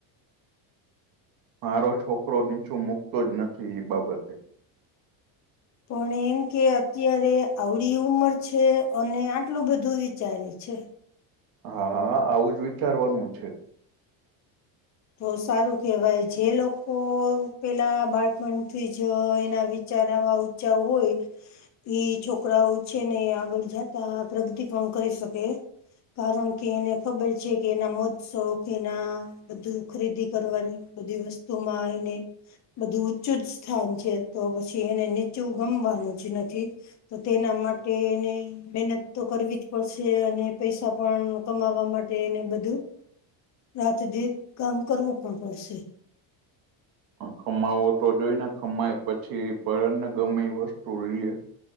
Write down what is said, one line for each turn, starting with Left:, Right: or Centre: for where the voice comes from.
Right: મારો છોકરો નીચું મુકતો જ નથી, એ બાબતે.
Left: પણ એમ કે અત્યારે આવડી ઉંમર છે અને આટલું બધું વિચારે. એ છે.
Right: હા હા હા આવું જ વિચારવાનું છે.
Left: તો સારું કેહેવાય જે લોકો પેલા બાળપણથી જ એના વિચાર આવા જ હોય. ઈ છોકરાઓ છે ને આગળ જતા પ્રગતિ પણ કરી શકે. કારણ કે એને ખબર છે કે, એના મોત્સો કેના બધું ખરીદી કરવાની બધી વસ્તુમાં એને બધું ઉચ્ચુ સ્થાન છે તો પછી એને નીચું ગમવાનું જ નથી. તો તેના માટે એને મહેનત તો કરવી જ પડશે અને પૈસા પણ કમાવા માટેને બધું. રાત દેન કામ કરવું પડતું શે.
Right: ખમાવો તો જોઈને, ખમાય પછી ભરણ ને ગમે એ વસ્તુ લઈએ.